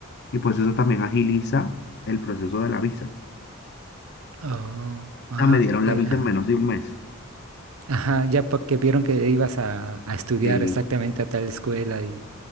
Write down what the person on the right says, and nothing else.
Oh, ah,
ok,
ajá.
Ajá, ya porque vieron que ibas a, a estudiar
exactamente a tal escuela y.